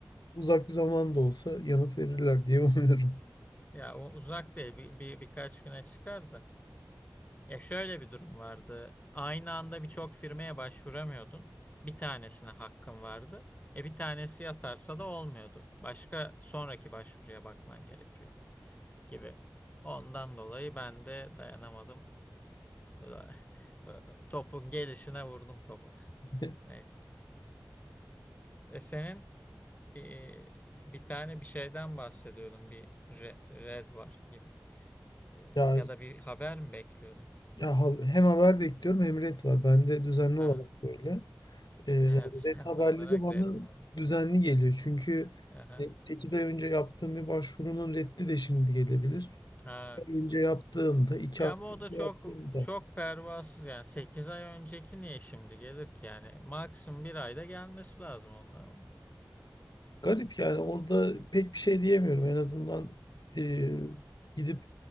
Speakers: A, on the left; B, on the left.
A: uzak bir zaman da olsa yanıt verirler diye umuyorum.
B: Ya o uzak değil. Bir, bir, birkaç güne çıkar da. Ya şöyle bir durum vardı. Aynı anda birçok firmaya başvuramıyordun. Bir tanesine hakkın vardı. E bir tanesi yatarsa da olmuyordu. Başka sonraki başvuruya bakman gerekiyor gibi. Ondan dolayı ben de dayanamadım. <laughs> Topun gelişine vurdum topu.
A: <laughs>
B: Neyse. E senin e, bir tane bir şeyden bahsediyordun. Bir re- red var gibi. E,
A: Ya
B: ya da bir haber mi bekliyordun?
A: Ya ha- hem haber bekliyorum hem ret var. Bende düzenli
B: Aha.
A: olarak böyle. Ee, yani
B: Evet, <laughs> düzenli
A: ret haberleri
B: olarak
A: bana
B: red mi aldın?
A: düzenli geliyor. Çünkü
B: Aha.
A: hani, 8 ay önce yaptığım bir başvurunun reddi de şimdi gelebilir.
B: Ha.
A: Bir ay Önce yaptığımda, 2
B: Ya
A: hafta
B: ama o
A: önce
B: da çok
A: yaptığımda.
B: çok pervasız yani Sekiz ay önceki niye şimdi gelir ki yani maksimum bir ayda gelmesi lazım onun ama.
A: Garip yani orada pek bir şey diyemiyorum. En azından e,
B: Hı hı.
A: gidip